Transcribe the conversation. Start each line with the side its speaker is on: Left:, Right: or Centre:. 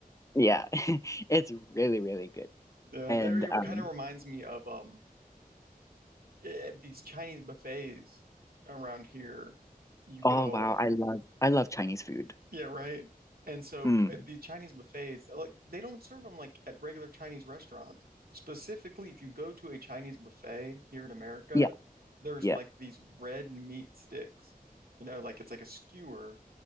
Left: yeah, <laughs> it's really, really good.
Right: Yeah,
Left: And
Right: that
Left: um
Right: kind of reminds me of um eh, these Chinese buffets around here. You
Left: oh
Right: go
Left: wow, I love I love Chinese food.
Right: Yeah, right. And so
Left: Mm.
Right: at the Chinese buffets, eh, like they don't serve them like at regular Chinese restaurants. Specifically, if you go to a Chinese buffet here in America,
Left: Yeah,
Right: there's
Left: yeah.
Right: like these red meat sticks. You know, like it's like a skewer